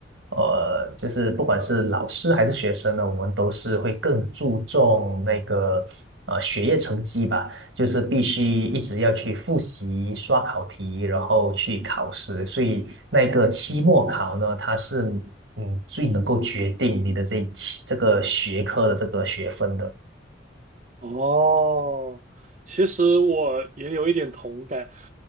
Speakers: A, on the right; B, on the right.
A: 呃，就是不管是老师还是学生呢，我们都是会更注重那个呃学业成绩吧，就是必须一直要去复习、刷考题，然后去考试，所以那个期末考呢，它是嗯最能够决定你的这一期这个学科的这个学分的。
B: 哦，其实我也有一点同感，